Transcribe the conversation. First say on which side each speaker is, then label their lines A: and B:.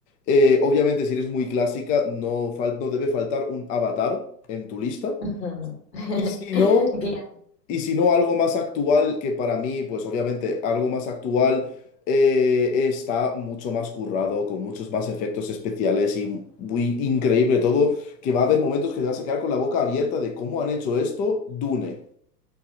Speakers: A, on the left (about 15°); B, on the left (about 80°).
A: Eh, obviamente, si eres muy clásica, no, fal- no debe faltar un Avatar en tu lista.
B: Ujú. <laughs>
A: Y si no,
B: Bien.
A: y si no, algo más actual, que para mí, pues obviamente, algo más actual eh, está mucho más currado, con muchos más efectos especiales y muy increíble todo, que va a haber momentos que te vas a quedar con la boca abierta de cómo han hecho esto, Dune.